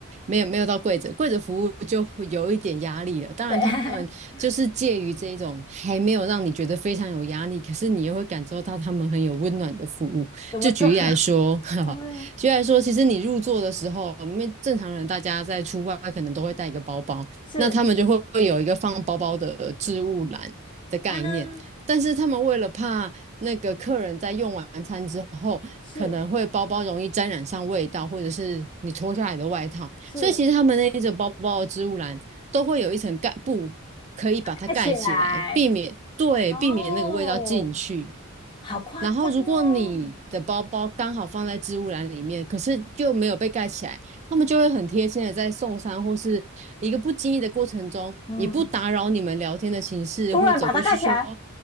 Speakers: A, on the right; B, on the left.
A: 没有没有到柜子，柜子服务就会有一点压力了。当然，
B: 对，
A: 他们就是介于这一种还没有让你觉得非常有压力，
B: <laughs>
A: 可是你又会感受到他们很有温暖的服务。
B: 怎么做？
A: 就举例来说，
B: <laughs>
A: <laughs> 哈哈，
B: 嗯，
A: 举例来说，其实你入座的时候，因为正常人大家在出外可能都会带一个包包，
B: 是，
A: 那他们就会会有一个放包包的置物篮的概念。
B: 嗯，
A: 但是他们为了怕那个客人在用完餐之后，
B: 是
A: 可能会包包容易沾染上味道，或者是你脱下来的外套，
B: 是。
A: 所以其实他们那一种包包的植物篮都会有一层盖布，可以把它盖起来，
B: 戴起来，
A: 避免对避免那个味道进去。
B: 哦，好夸张哦，
A: 然后如果你的包包刚好放在置物篮里面，可是就没有被盖起来，他们就会很贴心的在送餐或是一个不经意的过程中，
B: 嗯，
A: 以不打扰你们聊天的形式，
B: 突然把它盖起来，
A: 会走过去说：